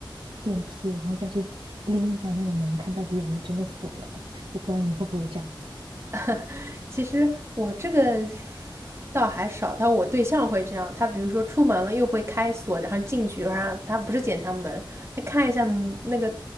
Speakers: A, on the right; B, on the right.
A: 电梯，然后再去拎一下那个门，看到底有没有真的锁了。<laughs> 我不知道你会不会这样子，
B: <laughs> 其实我这个倒还少，但我对象会这样。他比如说出门了，又会开锁，然后进去，然后他不是检查门，他看一下嗯那个